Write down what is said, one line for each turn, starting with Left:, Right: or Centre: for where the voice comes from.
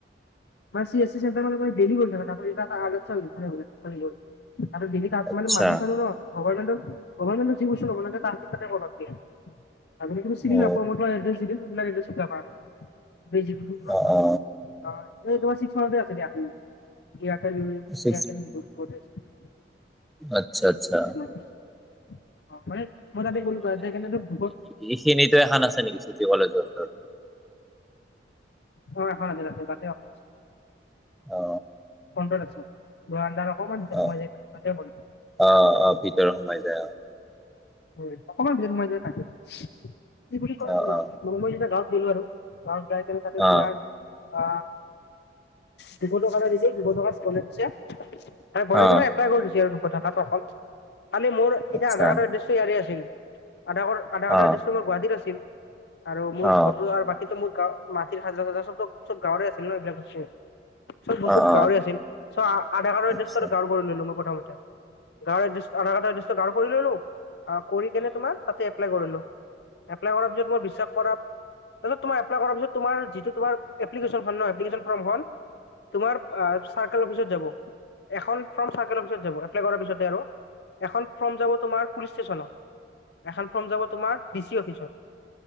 Left: মানে চি এছ চি চেণ্টাৰৰ পৰা মানে ডেইলী কৰি <unintelligible>
Centre: আচ্ছা
Left: মানে মানুহ চানুহ ন গভৰ্মেটৰ, গভৰ্মেটটো ঠিক হৈছে ন, আপোনালোকে তাতে কৰবা লাগে। আপুনি কিন্তু চিনি
Centre: অ
Left: নাপাব, মই তোমাক এড্ৰেছ দি দিম <unintelligible> এড্ৰেছটোত যাবা আৰু। <unintelligible>
Centre: অ অ
Left: অ', এই তোমাৰ ছিক্স মাইলতে আছে দিয়া। <unintelligible>
Centre: ছিক্স আচ্ছা- আচ্ছা।
Left: অ', মানে মই তাতে <unintelligible>
Centre: এইখিনিতে এখন আছে নেকি, চিটি কলেজৰ ওচৰত।
Left: অ', এখন আছে তাতে-তাতে আছে,
Centre: অ
Left: ফ্ৰণ্টত আছে। <unintelligible> অকমান ভিতৰ
Centre: অ
Left: সোমাই যায়, তাতে কৰিম।
Centre: অ', অ', ভিতৰত সোমাই যায় অ'।
Left: হয়, অকমান ভিতৰত সোমাই যায় <unintelligible> কি বুলি কয়
Centre: অ
Left: শুনক,
Centre: অ
Left: মই যেতিয়া গাঁৱত গ'লো আৰু গাঁৱত যায় কেনে তাতে
Centre: অ অ
Left: তোমাৰ আ দুশ টকা এটা দিছে, দুশ টকা <unintelligible> দিছে। <unintelligible>
Centre: অ
Left: নে এপলাই কৰি দিছে আৰু দুশ টকাত অকল, খালি মোৰ এতিয়া
Centre: আচ্ছা
Left: আধাৰ কাৰ্ডৰ এড্ৰেছ টো ইয়াৰে আছিল, আধাৰ কাৰ্ড আধাৰ কাৰ্ডৰ
Centre: অ
Left: এড্ৰেছ মোৰ গুৱাহাটীত আছিল। আৰু মোৰ
Centre: অ
Left: ফটো আৰু বাকীতো মোৰ গাঁ মাটিৰ খাজানা চাজনা চব-চব গাঁৱৰে আছিল ন এইবিলাক বস্তু। চব বস্তু
Centre: অ অ
Left: গাঁৱৰে আছিল, চ আধাৰ কাৰ্ডৰ
Centre: আচ্ছা
Left: এড্ৰেছ গাঁৱৰ কৰি ললোঁ মই প্ৰথমতে। গাঁৱৰ এড্ৰেছ আধা কাৰ্ডৰ এড্ৰেছ টো গাঁৱৰ কৰি ললোঁ। কৰি কেনে তোমাৰ তাতে এপ্লাই কৰিলোঁ, এপলাই কৰা পিছত মুক বিশ্বাস কৰা তাৰপাছত তোমাৰ এপ্লাই কৰাৰ পাছত তোমাৰ যিটো তোমাৰ এপ্লিকেচন খন ন, এপ্লিকেচন ফৰম খন তোমাৰ চাৰ্কোল অফিচত যাব, এখন ফ্ৰম চাৰ্কোল অফিচত যাব এপ্লাইড কৰা পিছতে আৰু। এখন ফ্ৰৰ্ম যাব তোমাৰ পুলিচ ষ্টেচনত, এখন ফ্ৰৰ্ম যাব তোমাৰ ডি চি অফিচত।